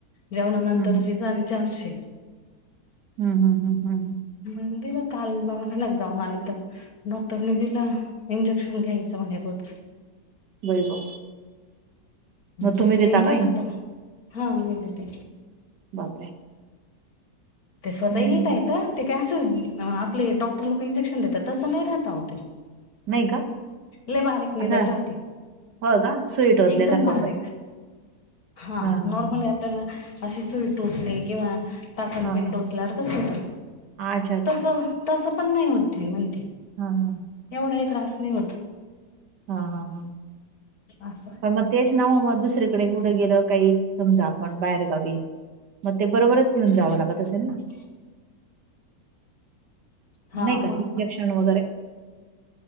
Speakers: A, on the left; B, on the right.
A: जेवणानंतरची
B: हम्म हम्म हम्म
A: झाले चारशे
B: हम् हम ह् ह् ह्
A: म्हणंदे ना काल नवाखान्यात जाऊन आलो तर डॉक्टरने दिला इंजेक्शन घ्यायचं म्हणे रोज
B: बाई गं मग
A: ते
B: तुम्ही देता
A: डेंजर
B: का इंजेक्शन
A: आता हा गले ते
B: बापरे
A: ते स्वतः
B: हं.
A: येत येत ते काय अस आपले डॉक्टर लोक इंजेक्शन देतात तसं नाही राहता होते
B: नाही का
A: ल बारीक निडल
B: असं
A: राहती
B: हो का? सुई टोचल्यासारखं
A: एकदम बारीक
B: होत असेल.
A: हा
B: हां, हां,
A: नॉर्मली
B: हां.
A: आपल्याला अशी सुई टोचली किंवा तासण
B: हां,
A: पिन
B: हां.
A: टोसल्यावर कस होत
B: अच्छा, अच्छा.
A: तस तस पण नाही होती म्हणते
B: हां, हां.
A: एवढाही त्रास नाही होत
B: हा हा हा
A: असं
B: प म तेच नाव मग दुसरीकडे कुठं गेलं काही समजा आपण बाहेरगावीत मग ते बरोबरच पिऊन जावं लागत असेल ना
A: <inaudible> हा
B: नाही का?
A: मग
B: इंजेक्शन वगैरे